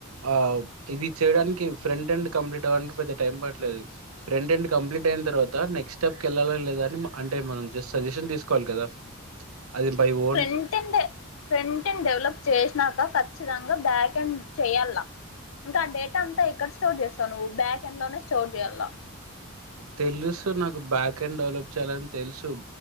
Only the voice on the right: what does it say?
ఆ ఇది చేయడానికి ఫ్రంట్ అండ్ కంప్లీట్ అవ్వడానికి పెద్ద టైం పట్లేదు ఫ్రంట్ ఎండ్ కంప్లీట్ అయిన తర్వాత నెక్స్ట్ స్టెప్కి వెళ్ళాలా లే అని అంటే మనం సజెషన్స్ తీసుకోవాలి కదా. అది బై ఓ
తెలుసు నాకు బ్యాక్ ఎండ్ డెవలప్ చేయాలని తెలుసు